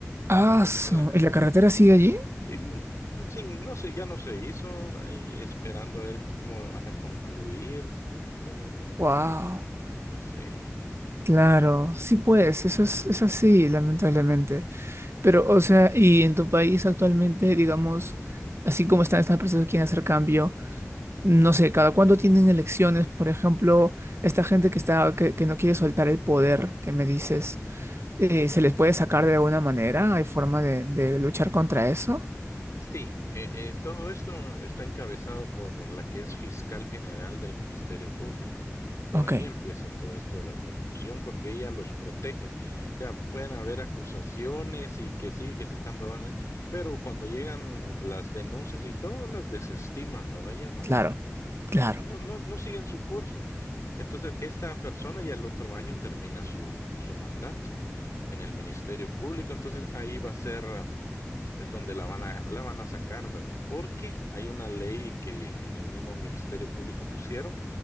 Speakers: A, on the right; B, on the left.
A: Aso.
B: <laughs>
A: ¿Y la carretera sigue allí?
B: Y, mm, sin, no sé, ya no se hizo, ahí esperando a ver que- cómo lo van a concluir, lamentablemente,
A: Wow.
B: sí, sí.
A: Claro. Sí, pues. Eso es, es así, lamentablemente. Pero, o sea, y en tu país actualmente, digamos, así como están estas personas que quieren hacer cambio, no sé, cada cuándo tienen elecciones, por ejemplo, esta gente que está, que, que no quiere soltar el poder, que me dices, eh, ¿se les puede sacar de alguna manera? ¿Hay forma de, de luchar contra eso?
B: Sí, eh, eh, todo esto está encabezado por la que es fiscal general del Ministerio Público, ¿verdad? Por
A: Ok,
B: ahí empieza todo esto de la corrupción, porque ella los protege. O sea, pueden haber acusaciones y que sí, que se están robando, pero cuando llegan las denuncias y todo, las desestiman, ¿verdad? Ya no,
A: claro, claro.
B: no, no, no siguen su curso. Entonces, esta persona ya el otro año termina su, su mandato en el Ministerio Público, entonces ahí va a ser es donde la van a, la van a sacar, ¿verdad? Porque hay una ley que en el mismo Ministerio Público pusieron